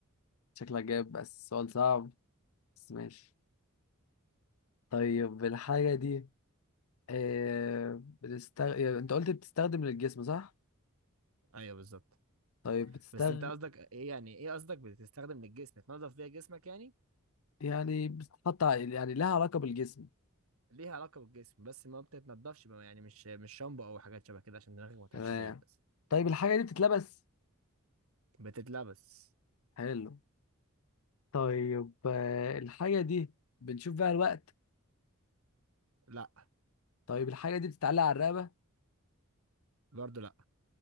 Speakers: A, on the left (about 70°); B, on the right (about 70°).
A: شكلك جايب بس سؤال صعب بس ماشي طيب الحاجة دي إيه بتستغ... يعني انت قلت بتستخدم للجسم صح؟
B: أيوه بالظبط
A: طيب بتستغ
B: بس أنت قصدك إيه يعني إيه قصدك بتستخدم للجسم تنظف بيها جسمك يعني
A: يعني بتتحط ع- يعني لها علاقة بالجسم
B: ليها علاقة بالجسم بس ما بتتنضفش بقى يعني مش مش شامبو او حاجات شبه كده عشان دماغك ما تروحش
A: تمام
B: بعيد بس
A: طيب الحاجة دي بتتلبس
B: بتتلبس
A: حلو طيب آه، الحاجة دي بنشوف بيها الوقت
B: لا
A: طيب الحاجة دي بتتعلق على الرقبة
B: برضه لا